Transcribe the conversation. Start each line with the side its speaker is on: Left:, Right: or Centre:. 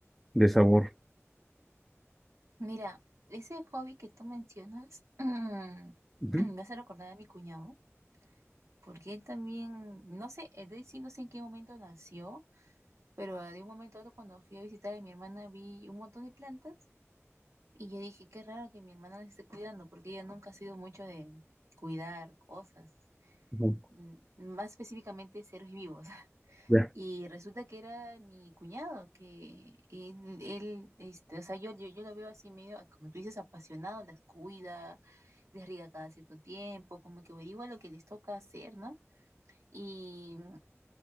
Centre: de sabor.
Right: mira, ese hobby que tú mencionas <clears throat> me
Centre: Ujú,
Right: hace recordar a mi cuñado, porque él también, no sé, es decir, no sé en qué momento nació, pero ah, de un momento a otro cuando fui a visitar a mi hermana vi un montón de plantas y yo dije, qué raro que mi hermana las esté cuidando, porque ella nunca ha sido mucho de cuidar cosas,
Centre: ujú,
Right: mm, más específicamente seres vivos.
Centre: ya.
Right: Y resulta que era mi cuñado, que él, él, este, o sea, yo, yo, yo lo veo así medio, ah, como tú dices, apasionado, las cuida, les riega cada cierto tiempo, como que averigua lo que les toca hacer, ¿no? Y